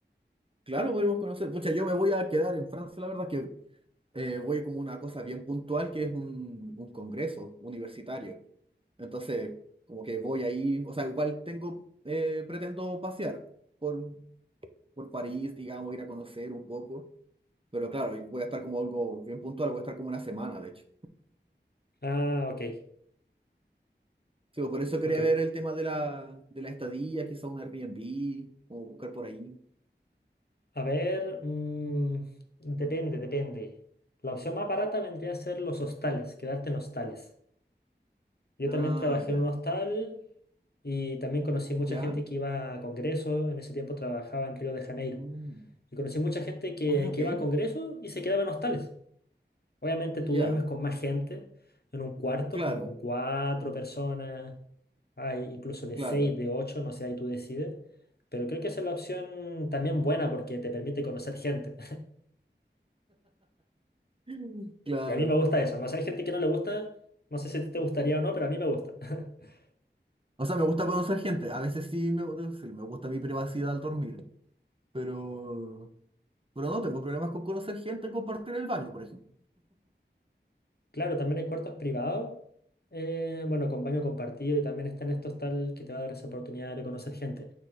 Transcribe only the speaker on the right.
claro, podemos conocer. Pucha, yo me voy a quedar en Francia, la verdad que eh, voy como una cosa bien puntual que es un, un congreso universitario. Entonces, como que voy ahí, o sea, igual tengo, eh, pretendo pasear por, por París, digamos, ir a conocer un poco, pero claro, y voy a estar como algo bien puntual, voy a estar como una semana, de hecho.
Sí, pues, por eso quería
ver el tema de la, de la estadía, quizá un Airbnb, o buscar por ahí.
Ah,
ya.
¿Ya?
Mm.
Ah, ok.
Ya.
Claro,
claro.
<laughs> Claro.
O sea, me gusta conocer gente. A veces sí me, debo me gusta mi privacidad al dormir. Pero, pero no tengo problemas con conocer gente, compartir el baño, por ejemplo.